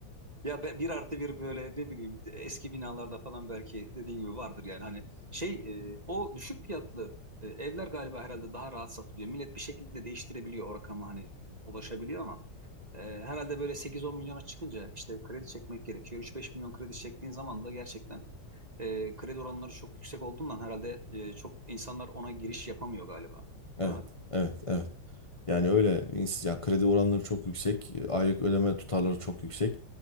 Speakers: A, on the right; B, on the left.
A: Ya be- bir artı bir böyle ne bileyim eski binalarda falan belki dediğin gibi vardır yani hani şey e, o düşük fiyatlı e, evler galiba herhalde daha rahat satılıyor. Millet bir şekilde değiştirebiliyor o rakama hani ulaşabiliyor ama e, herhalde böyle sekiz on milyona çıkınca işte kredi çekmek gerekiyor. üç beş milyon kredi çektiğin zaman da gerçekten e, kredi oranları çok yüksek olduğundan herhalde e, çok insanlar ona giriş yapamıyor galiba.
B: Evet
A: Değil mi?
B: evet evet. Yani öyle ins- ya kredi oranları çok yüksek, e, aylık ödeme tutarları çok yüksek.